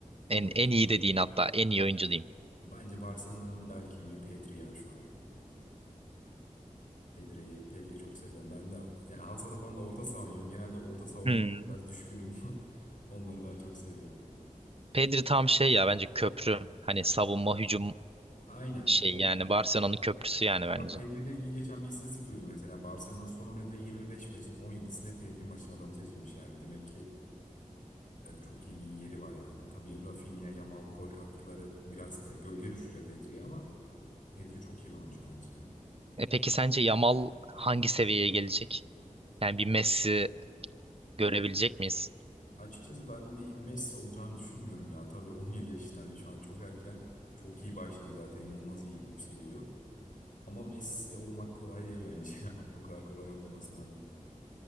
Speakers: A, on the right; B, on the left.
A: En
B: Barcelona,
A: en iyi dediğin hatta en iyi oyuncu diyeyim.
B: bence Barcelona'nın bel kemiği Pedri ya şu an. Pedri'yi Pedri'yi çok seviyorum. Ben de yani halı sahada falan da orta saha oynuyorum. Genelde orta saha oyuncularına
A: Hmm.
B: biraz düşkünüm. <laughs> Onları daha çok seviyorum.
A: Pedri tam şey ya bence köprü. Hani savunma hücum
B: Aynen.
A: şey
B: O.
A: yani Barcelona'nın köprüsü yani bence.
B: Ya Pedri ile ilgili geçen bir istatistik duydum mesela. Barcelona'nın son oynadığı 25 maçın 17'sine Pedri maçın adamı seçilmiş yani. Demek ki e, çok iyi bir yeri var yani. Tabii Rafinha, Yamal gol katkıları biraz e, gölge düşürüyor Pedri'yi ama Pedri çok iyi bir oyuncu bence ya.
A: E peki sence Yamal hangi seviyeye gelecek? Yani bir Messi görebilecek miyiz?
B: Açıkçası ben bir Messi olacağını düşünmüyorum ya. Tabii 17 yaşında hani şu an çok erken. Çok iyi başladı zaten. inanılmaz iyi yükseliyor. Ama Messi olmak kolay değil bence. <laughs> O kadar kolay olmaması lazım.